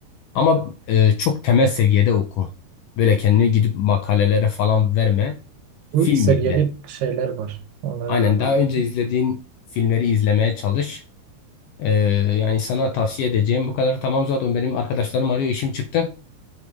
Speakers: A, on the left; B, on the right.
A: ama e, çok temel seviyede oku. Böyle kendini gidip makalelere falan verme.
B: Bu
A: Film
B: seviyeli
A: izle.
B: şeyler var. Onlar
A: Aynen
B: herhalde
A: daha
B: okudum.
A: önce izlediğin filmleri izlemeye çalış. E, yani sana tavsiye edeceğim bu kadar. Tamam zaten benim arkadaşlarım arıyor işim çıktı.